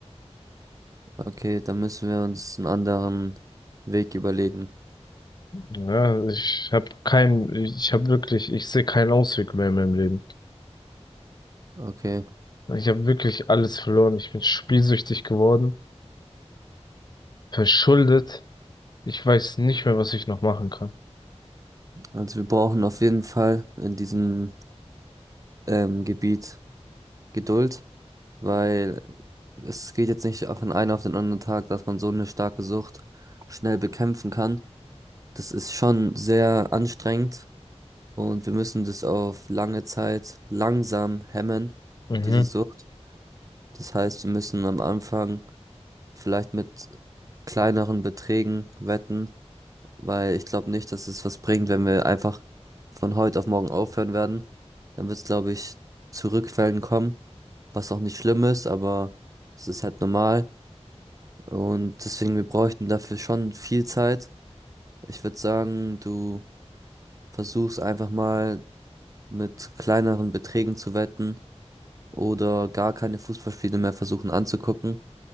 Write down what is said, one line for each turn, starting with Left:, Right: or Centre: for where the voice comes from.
Right: Okay, dann müssen wir uns einen anderen Weg überlegen.
Left: Ja, ich habe keinen, ich habe wirklich, ich sehe keinen Ausweg mehr in meinem Leben.
Right: Okay,
Left: Ich habe wirklich alles verloren. Ich bin spielsüchtig geworden, verschuldet. Ich weiß nicht mehr, was ich noch machen kann.
Right: also wir brauchen auf jeden Fall in diesem ähm, Gebiet Geduld, weil es geht jetzt nicht auf den einen auf den anderen Tag, dass man so eine starke Sucht schnell bekämpfen kann. Das ist schon sehr anstrengend und wir müssen das auf lange Zeit langsam hemmen,
Left: Mhm.
Right: diese Sucht. Das heißt, wir müssen am Anfang vielleicht mit kleineren Beträgen wetten weil ich glaube nicht, dass es was bringt, wenn wir einfach von heute auf morgen aufhören werden. Dann wird es, glaube ich, zu Rückfällen kommen, was auch nicht schlimm ist, aber es ist halt normal. Und deswegen, wir bräuchten dafür schon viel Zeit. Ich würde sagen, du versuchst einfach mal mit kleineren Beträgen zu wetten oder gar keine Fußballspiele mehr versuchen anzugucken.